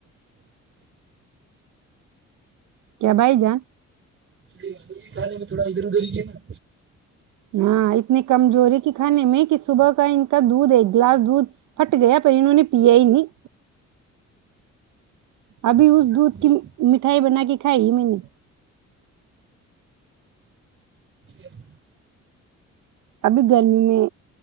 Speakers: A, on the right; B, on the right.
A: کیا بائی جا
B: صحیح ہے کھانے میں تھوڑا ادھر ادھر ہی ہے نا
A: ہاں اتنی کمزور کھانے میں کہ صبح کا ان کا دودھ ایک گلاس دودھ پھٹ گیا پر انہوں نے پیا ہی نہیں ابھی
B: نا
A: اس دودھ
B: صحیح
A: کی مٹھائی بنا کے کھائی میں نے
B: ہے۔
A: ابھی گرمی میں